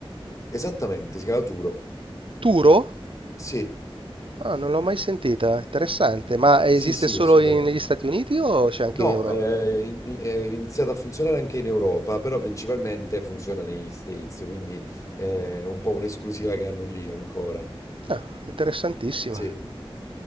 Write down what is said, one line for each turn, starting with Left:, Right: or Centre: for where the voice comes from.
Left: esattamente, Scalaturo.
Right: Turo?
Left: Sì,
Right: Ah, non l'ho mai sentita, interessante. Ma esiste
Left: sì, sì,
Right: solo
Left: assolutamente.
Right: in- negli Stati Uniti o c'è anche
Left: No,
Right: in Europa?
Left: eh, in- è iniziato a funzionare anche in Europa, però principalmente funziona negli States, quindi eh, è un po' un'esclusiva che hanno lì ancora.
Right: Ah, interessantissima.
Left: Sì.